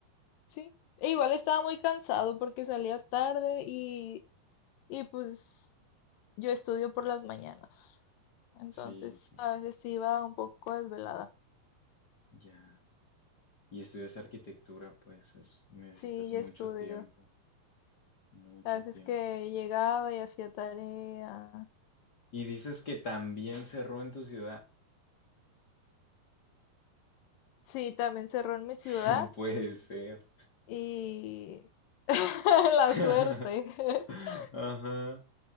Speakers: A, on the left; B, on the left.
A: sí. E igual estaba muy cansado porque salía tarde y, y pues yo estudio por las mañanas. Entonces
B: Sí, sí,
A: a veces iba un poco desvelada.
B: ya. Y estudias arquitectura, pues es- necesitas
A: Sí,
B: mucho
A: y estudio.
B: tiempo, mucho
A: A veces
B: tiempo.
A: que llegaba y hacía tarea.
B: Y dices que también cerró en tu ciudad.
A: Sí, también cerró en mi
B: <laughs>
A: ciudad
B: No puede ser.
A: y <laughs> la
B: <laughs>
A: suerte. <laughs>
B: Ajá.